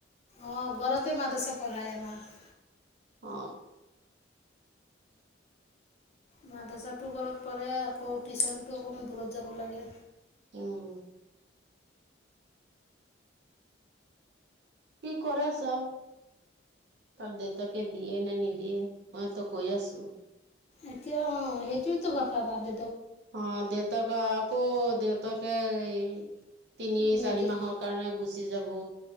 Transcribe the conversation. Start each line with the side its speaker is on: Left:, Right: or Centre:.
Left: আহ ঘৰতে মাদ্ৰাছা পঢ়ায় আমাক
Right: অ
Left: মাদ্ৰাছাটো ঘৰত পঢ়ে আকৌ টিউশ্যনতো অকমান দূৰত যাব লাগে।
Right: উম কি কৰে ছাও তাৰ দেউতাকে দিয়ে নে নিদিয়ে মইতো কৈ আছো
Left: এতিয়া অ সেইটোয়েতো কথা তাতে
Right: অ দেউতাকে আকৌ দেউতাকে এই তিনি
Left: নিদেখ
Right: চাৰি মাহৰ কাৰণে গুচি যাব